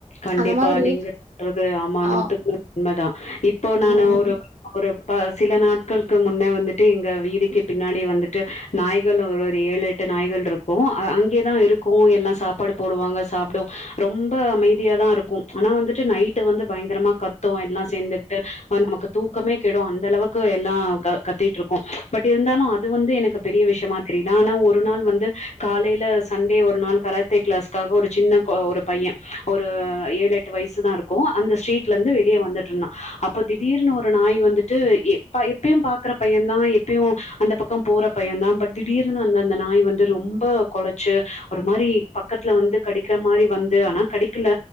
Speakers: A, on the left; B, on the right.
A: கண்டிப்பா
B: அந்த மாதிரி
A: நீங்க சொல்றது ஆமா
B: ஆ
A: நூத்துக்கு நூரு உன்மைதான் இப்போ நானு
B: ம்
A: ஒரு ஒரு ப சில நாட்களுக்கு முன்னே வந்துட்டு எங்க வீடுக்கு பின்னாடி வந்துட்டு நாய்கள் ஒரு ஒரு ஏழு எட்டு நாய்கள் இருக்கும் அங்கே தான் இருக்கும் எல்லாம் சாப்பாடு போடுவாங்க சாப்பிடு ரொம்ப அமைதி அப்டியே தான் இருக்கும் ஆனா வந்துட்டு நைட்டு வந்து பயங்கரமா கத்தும் எல்லாம் சேந்துட்டு நமக்கு தூக்கமே கெடும் அந்த அளவுக்கு எல்லாம் க கத்திட்டு இருக்கும் பட் இருந்தாலும் அது வந்து எனக்கு பெரிய விஷயமா தெரில ஆனா ஒரு நாள் வந்து காலைல சண்டே ஒரு நாள் கராத்தே கிளாஸ்காக ஒரு சின்ன கொ ஒரு பைய ஒரு ஏழு எட்டு வயசு தா இருக்கும் அந்த ஸ்ட்ரீட்ல இருந்து வெளிய வந்துட்டு இருந்தா அப்போ திடீர்னு ஒரு நாய் வந்துட்டு எப்பயும் பாக்குற பைய தா எப்பயு அந்த பக்கொ போற பையந்தா பட் திடீர்னு அந்த அந்த நாய் வந்து ரொம்ப கொலச்சு ஒரு மாரி பக்கத்துல வந்து கடிக்கிற மாரி வந்து ஆனா கடி க்கல